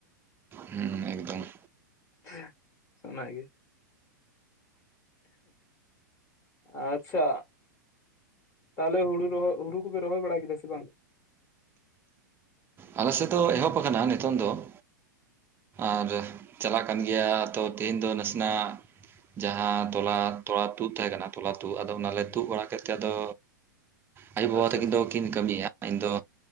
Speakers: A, on the right; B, on the left.
A: ᱦᱮᱸ ᱮᱠᱫᱚᱢ ᱾
B: ᱦᱮᱸ ᱚᱱᱟ ᱜᱮ ᱾ ᱟᱪᱪᱷᱟ ᱛᱟᱦᱚᱞᱮ ᱦᱳᱲᱳ ᱨᱚᱦᱚ ᱦᱳᱲᱳ ᱠᱚᱯᱮ ᱨᱚᱦᱚᱭ ᱵᱟᱲᱟ ᱠᱮᱫᱟ ᱥᱮ ᱵᱟᱝ?
A: ᱟᱞᱮ ᱥᱮᱫ ᱫᱚ ᱮᱦᱚᱵ ᱟᱠᱟᱱᱟ ᱱᱤᱛᱚᱝ ᱫᱚ ᱾ ᱟᱨ ᱪᱟᱞᱟᱜ ᱠᱟᱱ ᱜᱮᱭᱟ ᱛᱚ ᱛᱮᱦᱮᱧ ᱫᱚ ᱱᱟᱥᱮᱱᱟᱜ ᱡᱟᱦᱟᱸ ᱛᱚᱞᱟ ᱛᱚᱞᱟ ᱛᱩᱫ ᱛᱟᱦᱮᱸ ᱠᱟᱱᱟ ᱛᱚᱞᱟ ᱛᱩᱫ ᱟᱫᱚ ᱚᱱᱟᱞᱮ ᱛᱩᱫ ᱵᱟᱲᱟ ᱠᱮᱫ ᱛᱮ ᱟᱫᱚ
B: <inaudible>
A: ᱟᱭᱳ ᱵᱟᱵᱟ ᱛᱟᱹᱠᱤᱱ
B: ᱟᱪᱪᱷᱟ
A: ᱫᱚᱠᱤᱱ ᱠᱟᱹᱢᱤᱭᱟ ᱤᱧ ᱫᱚ